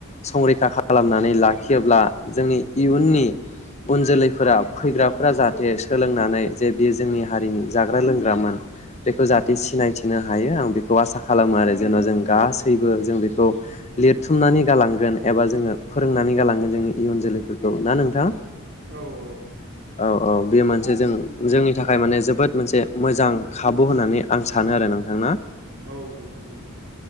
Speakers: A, on the left; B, on the right.
A: संरैखा खालामनानै लाखियोब्ला जोंनि इयुननि उन जोलैफोरा फैग्रा फोरा जाहाथे सोलोंनानै जे बे जोंनि हारिनि जाग्रा लोंग्रामोन बेखौ जाहाथे सिनायथिनो हायो आं बेखौ आसा खालामो आरो जेन जों गासैबो जों बेखौ लिरथुमनानै गालांगोन एबा जोङो फोरोंनानै गालांगोन जोंनि इयुन जोलैफोरखौ ना नोंथां
B: औ औ
A: औ औ बेयो मोनसे जों जोंनि थाखाय माने जोबोद मोनसे मोजां खाबु होननानै आं सानो आरो नोंथांना
B: औ नंगौ नंगौ